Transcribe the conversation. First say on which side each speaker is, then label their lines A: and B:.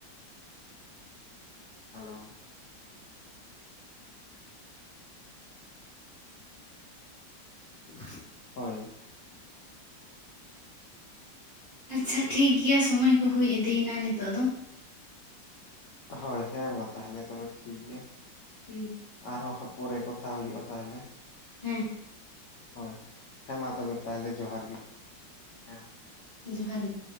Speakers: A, on the left (about 75°); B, on the left (about 40°).
A: ᱦᱮᱞᱳ᱾
B: <inaudible>
A: ᱦᱳᱭ᱾
B: ᱟᱪᱪᱷᱟ ᱴᱷᱤᱠᱜᱮᱭᱟ ᱥᱚᱢᱚᱭ ᱠᱚ ᱦᱩᱭ ᱤᱫᱤᱭᱮᱱᱟ ᱱᱤᱛᱳᱜ ᱫᱚ᱾
A: ᱦᱳᱭ, ᱦᱮᱸ ᱢᱟ ᱛᱟᱦᱞᱮ ᱛᱚᱵᱮ ᱴᱷᱤᱠ ᱜᱮᱭᱟ᱾
B: ᱦᱩᱸ
A: ᱟᱨᱦᱚᱸ ᱦᱟᱸᱜ ᱯᱚᱨᱮ ᱠᱚᱛᱷᱟ ᱦᱩᱭᱩᱜᱼᱟ ᱛᱟᱦᱞᱮ᱾
B: ᱦᱩᱸ
A: ᱦᱳᱭ ᱦᱮᱸ ᱢᱟ ᱛᱚᱵᱮ ᱛᱟᱦᱞᱮ ᱡᱚᱦᱟᱨ ᱜᱮ ᱦᱮᱸ
B: ᱡᱚᱦᱟᱨ ᱜᱮ᱾